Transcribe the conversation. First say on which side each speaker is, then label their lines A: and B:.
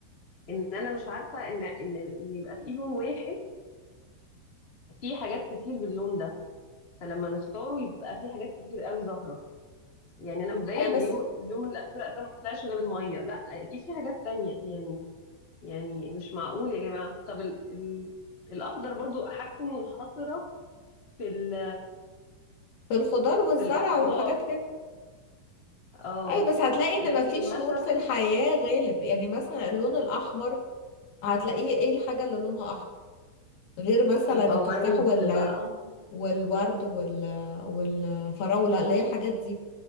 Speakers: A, on the left; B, on the left.
A: ان انا مش عارفه ان ان ان يبقى في لون واحد في حاجات كتير باللون ده فلما نختاره يبقى في حاجات كتير قوي ظاهره يعني انا متضايقه
B: اي
A: ان
B: بس
A: يوم اليوم اللون الازرق ده ما طلعش غير الميه لا اكيد في حاجات تانية يعني يعني مش معقول يا جماعه طب ال ال الاخضر برضو حاجته منحصره في ال
B: في الخضار والزرع
A: في الخضار
B: والحاجات كده
A: اه
B: اي بس هتلاقي
A: لكن
B: ان مفيش
A: مثلا
B: لون في الحياه غالب يعني مثلا اللون الاحمر هتلاقيه ايه الحاجه اللي لونها احمر غير مثلا
A: يبقى
B: التفاح
A: ورد
B: وال...
A: بقى
B: والورد وال... والفراولة اللي هي الحاجات دي